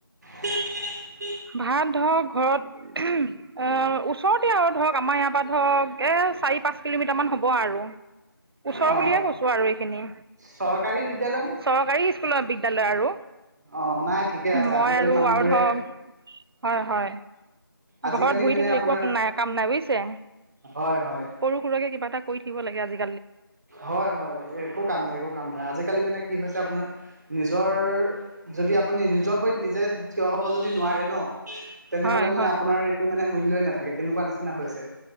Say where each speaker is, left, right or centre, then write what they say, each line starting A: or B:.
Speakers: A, on the right; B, on the right.
A: বিপি <unintelligible>
B: ভাত ধৰক ঘৰত ওচৰতে আৰু ধৰক আমাৰ ইয়াৰ পৰা ধৰক এই চাৰি পাঁচ কিলোমিটাৰমান হ'ব আৰু ওচৰ
A: অ
B: বুলিহে কৈছোঁ আৰু এইখিনি
A: চৰকাৰী বিদ্যালয় নে
B: চৰকাৰী স্কুলৰ বিদ্যয়ালয় আৰু
A: অ নাই ঠিকে আছে
B: মই
A: আজিকালি
B: আৰু
A: মানুহবোৰে
B: আৰু ধৰ হয় হয়
A: আজিকালি
B: ঘৰত বহি
A: মানে
B: থাকিলে
A: আপোনাৰ
B: একো এক নাই কাম নাই বুজিছে
A: হয় হয়
B: সৰু সুৰুকে কিবা এটা কৰি থাকিব লাগে আজি
A: হয় হয় একো কাম নাই একো কাম নাই আজিকালি মানে কি হৈছে আপোনাৰ নিজৰ যদি আপুনি নিজৰ ভৰিত নিজে থিয় হব যদি নোৱাৰে ন তেনেহলে
B: হয়
A: মানে
B: হয়
A: আপোনাৰ একো মানে মূল্যই নাথাকে তেনেকুৱা নিচিনা হৈছে